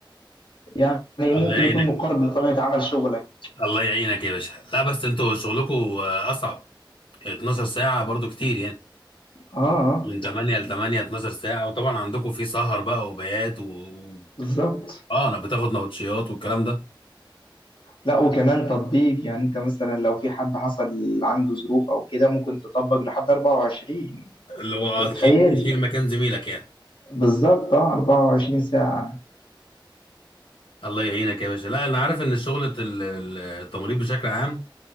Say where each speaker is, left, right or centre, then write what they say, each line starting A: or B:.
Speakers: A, on the left; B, on the left.
A: يعني
B: الله
A: ممكن
B: يعينك
A: يكون مقارب لطبيعة عمل شغلك
B: الله يعينك يا باشا لا بس انتوا شغلكم اصعب 12 ساعة برضو كتير يعني
A: اه آه،
B: من 8 ل 8 12 ساعة وطبعا عندكم في سهر بقى وبيات و... و-
A: بالظبط
B: اه انا بتاخد نوتشيات والكلام ده
A: لا وكمان تطبيق يعني انت مثلا لو في حد حصل عنده ظروف او كده ممكن تطبق لحد 24
B: اللي هو اه
A: أنت متخيل
B: تشيل تشيل مكان زميلك يعني
A: بالظبط اه 24 ساعة
B: الله يعينك يا باشا لا انا عارف ان شغلة ال- ال- التمريض بشكل عام